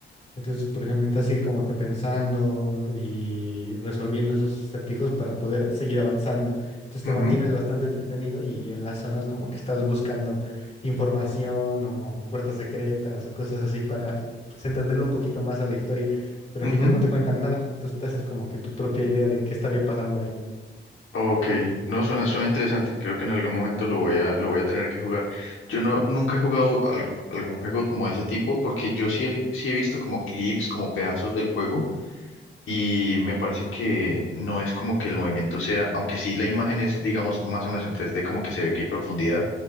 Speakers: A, on the left; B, on the left.
A: Entonces, por ejemplo, necesitas ir como que pensando y resolviendo esos acertijos para poder seguir avanzando. Entonces te
B: Ujú,
A: mantienes bastante entretenido y en las zonas como que estás buscando información o puertas secretas o cosas así para pues, entenderlo un poquito más a la historia. Pero
B: ujú.
A: al final no te cuentan nada. Entonces te haces como que tu propia idea de qué estaría pasando ahí.
B: Ok. No, suena, suena interesante. Creo que en algún momento lo voy a, lo voy a tener que jugar. Yo no, nunca he jugado al- algún juego como de ese tipo, porque yo sí, he- sí he visto como clips, como pedazos del juego, y me parece que no es como que el movimiento sea, aunque sí la imagen es, digamos, más o menos en tres d como que se ve que hay profundidad.